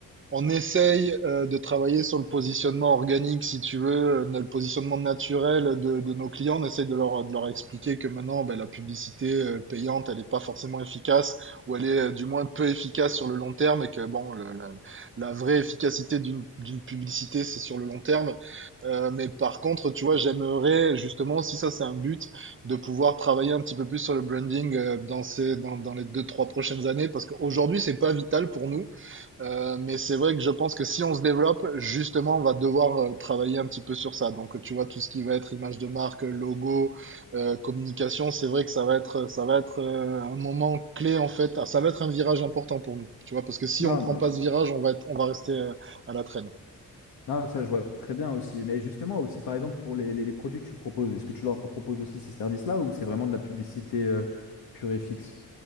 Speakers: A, on the right; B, on the left.
A: on essaye euh, de travailler sur le positionnement organique, si tu veux, euh, le positionnement naturel de, de nos clients. On essaye de leur, de leur expliquer que maintenant, ben, la publicité euh, payante, elle n'est pas forcément efficace, ou elle est euh, du moins peu efficace sur le long terme, et que bon, le- la, la vraie efficacité d'une d'une publicité, c'est sur le long terme. Euh, mais par contre, tu vois, j'aimerais justement, si ça c'est un but, de pouvoir travailler un petit peu plus sur le branding euh, dans ces, dans, dans les deux, trois prochaines années, parce qu'aujourd'hui, c'est pas vital pour nous. Euh, mais c'est vrai que je pense que si on se développe, justement, on va devoir euh, travailler un petit peu sur ça. Donc, tu vois, tout ce qui va être image de marque, logo, euh, communication, c'est vrai que ça va être, ça va être euh, un moment clé, en fait. Ah, Ça va être un virage important pour nous, tu vois, parce que si on
B: Non,
A: prend
B: mo-
A: pas ce virage, on va être, on va rester euh, à la traîne.
B: non, ça je vois très bien aussi. Mais justement, aussi par exemple pour les, les, les produits que tu proposes, est-ce que tu leur proposes aussi ces services-là ou c'est vraiment de la publicité euh, pure et fixe?